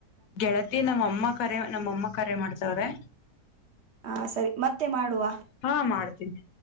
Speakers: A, on the left; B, on the right.
A: ಗೆಳತಿ ನಮ್ಮ ಅಮ್ಮ ಕರೆ ನಮ್ಮಮ್ಮ ಕರೆ ಮಾಡ್ತವ್ರೆ
B: ಹ ಸರಿ ಮತ್ತೆ ಮಾಡುವ
A: ಹಾ ಮಾಡ್ತೀನಿ